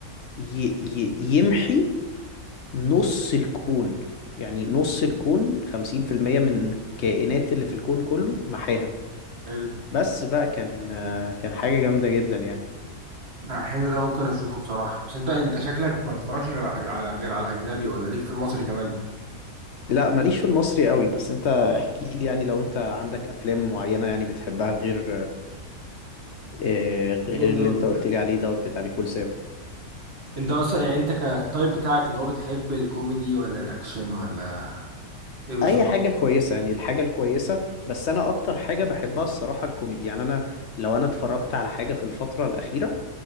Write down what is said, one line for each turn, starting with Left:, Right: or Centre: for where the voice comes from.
Left: ي ي يمحي نص الكون يعني نص الكون 50% من الكائنات اللي في الكون كله محاها
Right: حلو
Left: بس بقى كان آه، كان حاجة جامدة جدا يعني
Right: آه، حلو ده ممكن اشوفه بصراحه بس انت انت شكلك ما بتتفرجش غير على على- غير على الاجنبي ولا ليك في المصري كمان
Left: لا ماليش في المصري قوي بس انت احكي لي يعني لو انت عندك افلام معينة يعني بتحبها غير آه، غير
Right: برافو ده
Left: اللي
Right: ولا
Left: انت
Right: كده؟
Left: قلت لي عليه دوت بتاع نيكول سابا
Right: انت اصلا يعني انت كالتايب بتاعك اللي هو بتحب الكوميدي ولا الاكشن ولا ايه بالظبط
Left: اي حاجة كويسة يعني الحاجة الكويسة بس انا اكتر حاجة بحبها الصراحة الكوميدي يعني انا لو انا اتفرجت على حاجة في الفترة الأخيرة